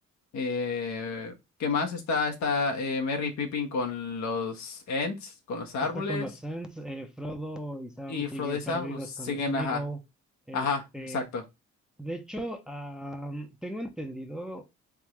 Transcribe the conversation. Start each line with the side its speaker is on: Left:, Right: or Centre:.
Left: Eh, ¿qué más? Está, está eh, Merry y Pippin con los Ents, con los árboles,
Centre: Está con los Ents, eh, Frodo y Sam
Left: y
Centre: siguen
Left: Frodo y Sam,
Centre: perdidas
Left: pues siguen,
Centre: con Sméagol.
Left: ajá,
Centre: Este,
Left: ajá, exacto.
Centre: de hecho, am, tengo entendido